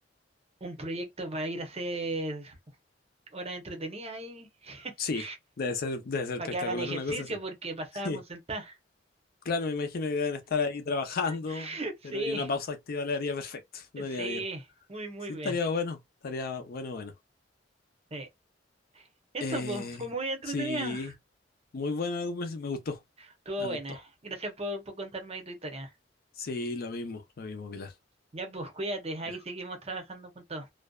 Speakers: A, on the right; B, on the left.
A: un proyecto para ir a hacer horas entretenidas ahí, <laughs>
B: Sí, debe ser, debe ser
A: para
B: espectacular
A: que hagan ejercicio
B: una cosa así. <laughs>
A: porque pasábamos
B: Sí.
A: sentadas.
B: Claro, me imagino que deben estar ahí trabajando,
A: <laughs> Sí,
B: pero y una pausa activa le haría perfecto, me
A: sí,
B: haría bien.
A: muy, muy
B: Sí,
A: bien.
B: estaría bueno, estaría bueno, bueno.
A: Sí. Eso
B: Eh,
A: pues, fue muy entretenido.
B: sí, muy buena la conversación, me gustó,
A: Estuvo
B: me
A: buena.
B: gustó.
A: Gracias por, por contarme ahí tu historia.
B: Sí, lo mismo, lo mismo, Pilar.
A: Ya pues, cuídate, ahí
B: Ya.
A: seguimos trabajando juntos.